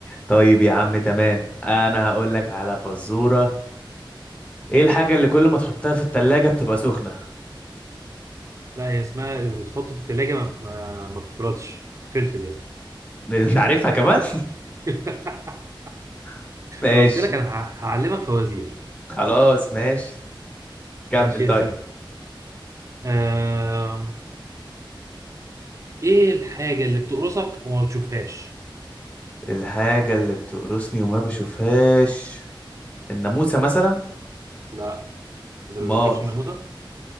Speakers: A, on the left (about 15°); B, on the right (about 35°).
A: طيب يا عم تمام انا هقول لك على فزورة ايه الحاجة اللي كل ما تحطها في التلاجة بتبقى سخنة <laughs>
B: لا هي اسمها لما بتحط في التلاجة ما, ما, ما بتبردش الفلفل يا اسطى
A: انت عارفها كمان
B: <laughs>
A: <laughs> ماشي
B: قلت لك انا ه- هعلمك فوازير
A: خلاص ماشي كمل
B: ماشي
A: طيب
B: يا سيدي آم... ايه الحاجة اللي بتقرصك وما بتشوفهاش
A: الحاجة اللي بتقرصني وما بشوفهاش الناموسة مثلا
B: لا ده
A: مال
B: ما بتشوفش الناموسة